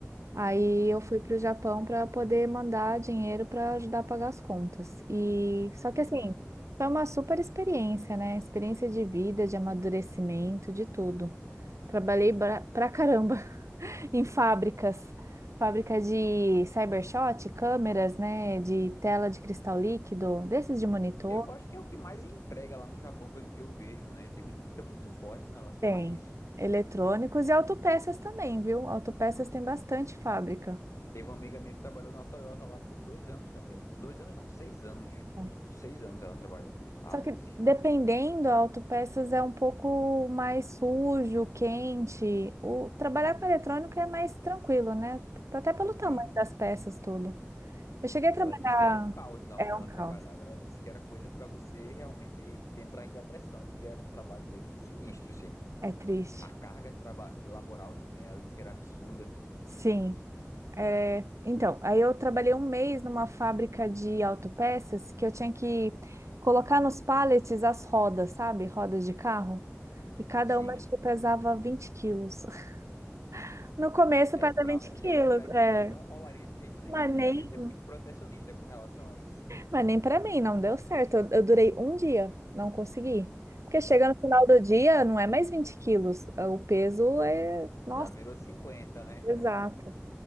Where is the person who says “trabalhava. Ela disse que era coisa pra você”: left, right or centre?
Left